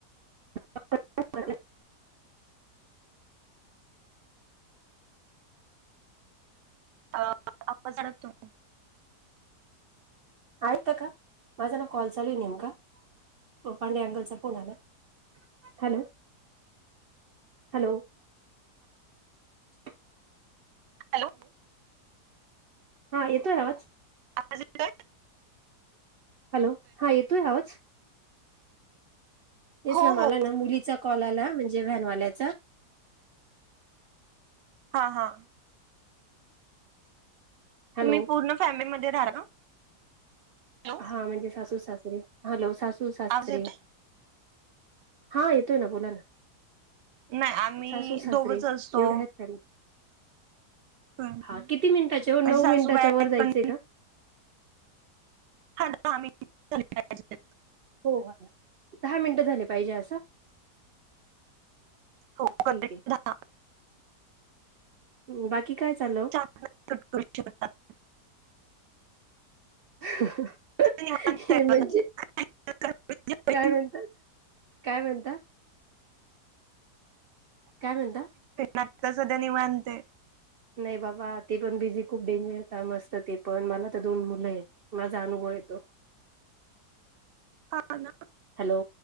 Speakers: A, on the right; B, on the right.
A: <inaudible>
B: <inaudible>
A: ऐकता का का माझा ना कॉल चालू आहे? नेमका पांढरे अंगलचा फोन आलाय. Hello, hello. <inaudible>
B: हॅलो.
A: हा येतोय आवाज.
B: <inaudible>
A: हॅलो हा येतोय आवाज, तेच
B: हो
A: ना मला
B: हो.
A: ना मुलीचा कॉला आला म्हणजे व्हॅनवाल्याचा.
B: हा, हा.
A: हॅलो
B: तुम्ही पूर्ण फॅमिलीमध्ये राह ना हॅलो?
A: हा म्हणजे सासू, सासरे हॅलो सासू, सासरे.
B: आवाज येतोय?
A: हा येतोय ना बोला ना.
B: नाही आम्ही
A: सासू सासरे
B: दोघच असतो.
A: एवढ्या आहेत फॅमिली
B: म्हणजे
A: हा किती मिनिटाच्या ओ नऊ
B: सासूबाई
A: मिनिटाच्या
B: आहेत
A: वर जायचंय
B: पण
A: का?
B: <inaudible>
A: हो दहा मिनटं झाले पाहिजे असं.
B: हो करेक्ट
A: ठीक आहे
B: दहा
A: बाकी काय चालव ओ?
B: <inaudible>
A: <inaudible> हे
B: आता निवांत आहे
A: म्हणजे
B: बघा. काही
A: काय म्हणता, काय म्हणता? काय म्हणता
B: आता सध्या निवांत आहे.
A: नाही बाबा ते पण बिझी खूप डेंजर काम असतं, ते पण मला तर दोन मुलं आहेत. माझा अनुभव आहे तो.
B: हा ना.
A: हॅलो.